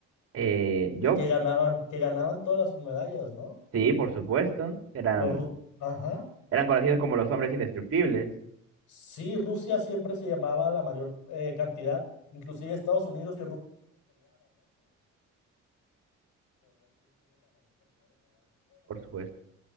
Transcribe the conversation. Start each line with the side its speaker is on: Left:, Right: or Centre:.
Right: Eh, yo,
Left: Y que ganaban, que ganaban todas las medallas, ¿no?
Right: sí, por supuesto, era
Left: Los ru- Ajá.
Right: Eran conocidos como los hombres indestructibles,
Left: Sí, Rusia siempre se llamaba la mayor eh, cantidad. Inclusive Estados Unidos
Right: por supuesto.